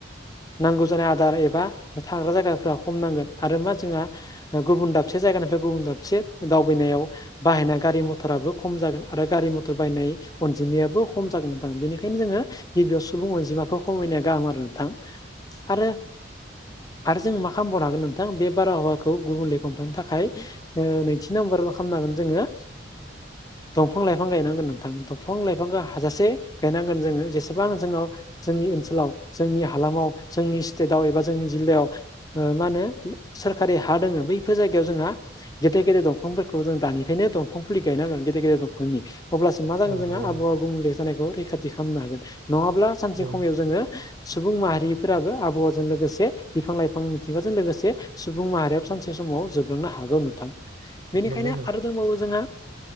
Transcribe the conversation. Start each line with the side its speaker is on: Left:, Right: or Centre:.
Left: नांगौ जानाय आदार एबा थाग्रा जायगाफोरा खम नांगोन आरो मा जोंहा गुबुन दाबसे जायगानिफ्राय गुबुन दाबसे दावबायनायाव बाहायना गारि मथराबो खम जागोन आरो गारि मथर बाहायनाय अनजिमायाबो खम जागोन नथां बेनिखायनो जोङो गिबियाव सुबुं अनजिमाखौ खमायनाया गाहाम आरो नोंथां आरो। आरो जों मा खालामबावनो हागोन नोंथां बे बारहावाखौ गुबुंले हमथानो थाखाय नैथि नाम्बार खालामनांगोन जोङो दंफां लाइफां गायनांगोन नोंथां दंफां लाइफांखौ हाजासे गायनांगोन जोङो जेसेबां जोंनाव जोंनि ओनसोलाव जोंनि हालामाव जोंनि स्टेटआव एबा जोंनि जिल्लायाव मा होनो सोरखारि हा दोङो बैफोर जायगायाव जोंहा गेदेर गेदेर दंफांफोरखौ जों दानिफ्रायनो दंफां फुलि गायनांगोन गेदेर गेदेर दंफांनि अब्लासो मा जागोन
Right: औ
Left: जोङो
Right: नंगौ
Left: आबहावा
Right: नोंथां
Left: गुबुंले जानायखौ रैखाथि खालामनो हागोन नङाब्ला सानसे
Right: औ
Left: समाव जोङो सुबुं माहारिफोराबो आबहावाजों लोगोसे बिफां लाइफां मिथिंगाजों लोगोसे सुबुं माहारिया सानसे समाव जोबलांनो हागौ नोंथां बेनिखायनो
Right: नंगौ नोंथां
Left: आरो दंबावो जोंहा